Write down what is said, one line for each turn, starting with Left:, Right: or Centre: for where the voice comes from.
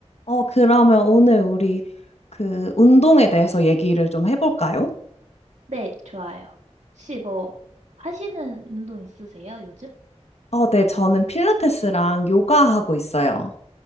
Left: 어, 그러면 오늘 우리 그 운동에 대해서 얘기를 좀 해볼까요?
Right: 네, 좋아요. 혹시 뭐 하시는 운동 있으세요, 요즘?
Left: 어, 네, 저는 필라테스랑 요가 하고 있어요.